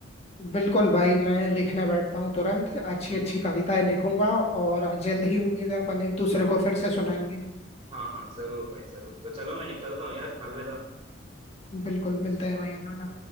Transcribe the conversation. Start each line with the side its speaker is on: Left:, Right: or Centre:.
Left: बिल्कुल भाई मैं
Right: हम्म
Left: लिखने बैठता हूँ तुरंत अच्छी
Right: हम्म
Left: अच्छी
Right: हम्म
Left: कविताएं लिखूंगा और जल्द ही उम्मीद है अपन एक दूसरे को फिर से सुनाएंगे
Right: हाँ हाँ जरूर भाई जरूर तो चलो मैं निकलता हूँ यार अलविदा
Left: बिल्कुल मिलते हैं भाई अलविदा